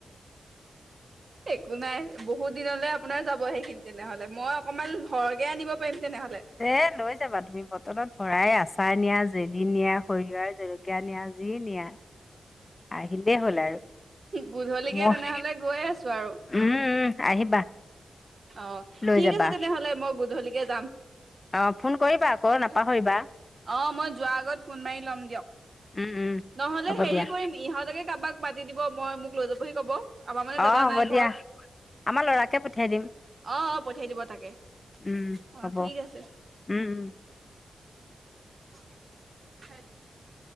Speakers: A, on the right; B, on the left.
A: একো নাই বহুত দিনলৈ আপ আপোনাৰ যাব সেইখিনি তেনেহ'লে মই অকণমান হৰকে আনিব পাৰিম তেনেহলে
B: এ লৈ যাবা তুমি বটলত ভৰাই আচাৰ নিয়া জেলি নিয়া সৰিয়হৰ জলকীয়া নিয়া যি নিয়া আহিলেই হ'ল আৰু
A: গুধলিকে
B: মই
A: তেনেহলে গৈ আছো আৰু
B: উম উম আহিবা
A: অ
B: লৈ
A: ঠিক
B: যাবা
A: আছে তেনেহলে মই গধূলিকে যাম অ
B: অ ফোন কৰিবা আকৌ নাপাহৰিবা
A: মই যোৱাৰ আগত ফোন মাৰি লম দিয়ক
B: উম উম
A: নহলে
B: হ'ব
A: হেৰি
B: দিয়া
A: কৰিম ইহঁত কাবাক মাতি দিব মই মোক লৈ যাবহি ক'ব আমাৰ মানে দাদা
B: অ হ'ব
A: নাই ঘৰত
B: দিয়া আমাৰ লৰাকে পঠিয়াই দিম
A: অ অ পঠিয়াই দিব তাকে
B: উম
A: অ
B: হব
A: ঠিক
B: উম
A: আছে
B: উম
A: <unintelligible>